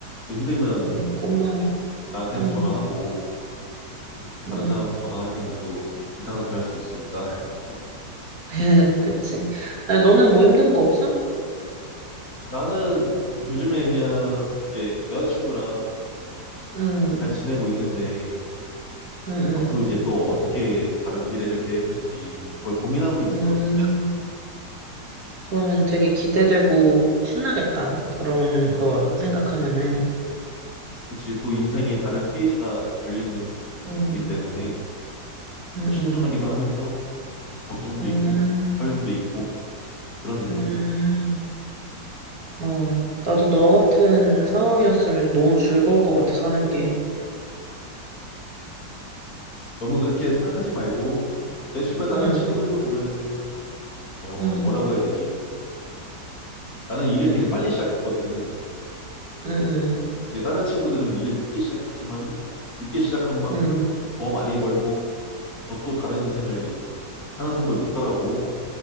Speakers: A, on the left; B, on the right.
A: 또 힘들면
B: 응, 고마워.
A: 나한테 항상
B: 응,
A: 전화하고, 음, 다른
B: 응.
A: 사람한테 전화하면은 또 이상한 소리 할 수 있으니까. <laughs>
B: <laughs> 그치. 야, 너는 뭐 힘든 거 없어?
A: 나는 요즘에 그냥 이제 여자친구랑
B: 응,
A: 잘 지내고 있는데,
B: 응, 응.
A: 앞으로 이제 또 어떻게 다른 미래를 계획할지, 그걸 고민하고 있어.
B: 음, 그러면 되게 기대되고 신나겠다. 그런 거 생각하면은.
A: 그치, 또 인생의 다른 페이지가 열리는
B: 응,
A: 거기 때문에
B: 응,
A: 좀 신중하기도
B: 응.
A: 하면서 음, 걱정도
B: 음,
A: 있고 설렘도 있고 그런 느낌이야.
B: 음. 아, 나도 너 같은 상황이었으면 너무 즐거울 것 같아, 사는 게.
A: 너무 그렇게 생각하지 말고 내 주변 다른
B: 응,
A: 친구들도 보면은 어
B: 응,
A: 뭐라고 해야 되지? 나는 일을 되게 빨리 시작했거든.
B: 응, 응,
A: 근데 다른 친구들은 일을 늦게 시작했지만은 늦게 시작한 만큼
B: 응.
A: 더 많이 벌고 더 또 다른 인생을 사는 사람도 있더라고.